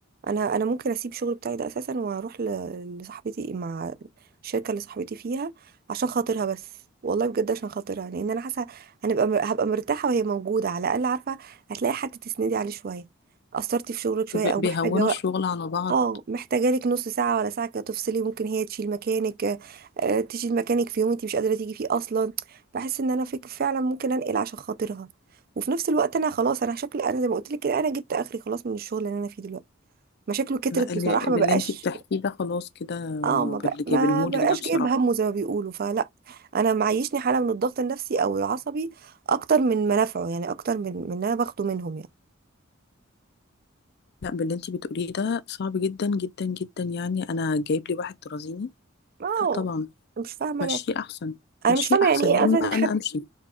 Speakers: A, on the right; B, on the left.
A: انا انا ممكن اسيب الشغل بتاعي ده اساسا واروح ل- لصاحبتي مع الشركه اللي صاحبتي فيها عشان خاطرها بس والله بجد عشان خاطرها لان انا حاسه هنبقى مر- هبقى مرتاحه وهي موجوده على الاقل عارفه هتلاقي حد تسندي عليه شويه قصرتي في شغلك شويه
B: ب-
A: او
B: بيهونوا
A: محتاجه وقت
B: الشغل على بعض
A: اه محتاجه لك نص ساعه ولا ساعه كده تفصلي ممكن هي تشيل مكانك آه، تشيل مكانك في يوم انت مش قادره تيجي فيه اصلا بحس ان انا فك فعلا ممكن انقل عشان خاطرها وفي نفس الوقت انا خلاص انا شكلي انا زي ما قلت لك كده انا جبت اخري خلاص من الشغل اللي انا فيه دلوقتي مشاكله كترت
B: لا اللي
A: بصراحة
B: باللي
A: ما بقاش
B: انتي بتحكيه ده خلاص كده
A: اه ما بق...
B: باللي جايبينهولك
A: ما بقاش
B: ده بصراحه
A: جايب همه زي ما بيقولوا فلا انا معيشني حالة من الضغط النفسي او العصبي اكتر من منافعه يعني اكتر من من اللي انا باخده منهم يعني
B: لا باللي انتي بتقوليه ده صعب جدا جدا جدا يعني انا جايب لي واحد ترازيني
A: اه
B: لا طبعا
A: مش فاهمة
B: مشيه
A: انا
B: احسن
A: انا
B: مشيه
A: مش فاهمة
B: احسن
A: يعني ايه
B: يا اما
A: اصلا حد
B: انا امشي